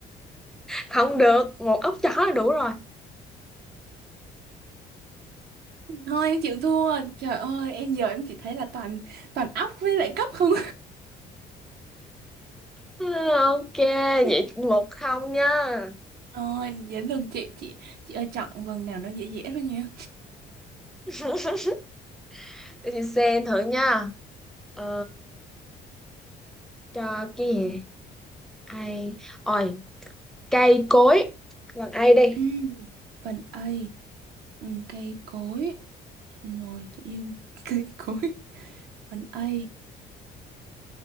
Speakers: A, in the centre; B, on the right.
A: Không được, một ốc chó là đủ rồi. <laughs>
B: Thôi em chịu thua. Trời ơi, em giờ em chỉ thấy là toàn toàn ốc với lại cốc không.
A: Ừ, Ok,
B: <laughs>
A: vậy một không nha.
B: Rồi, đến lượt chị chị chị ơi chọn vần nào nó dễ dễ thôi nha.
A: <laughs> Để chị xem thử nha. Ờ, cho cái gì? Ai? Ôi, cây cối. Bằng ai đi?
B: ừ. Vần A, ừ, cây cối. Rồi tự nhiên <laughs> cây cối. Vần A.